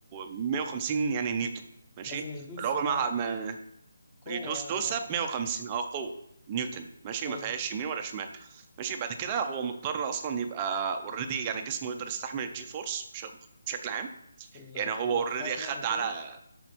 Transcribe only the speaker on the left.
لازم يدوس
اه قوه
يعني
اه
ايوه
في ال-
في اللفات
يعني وكده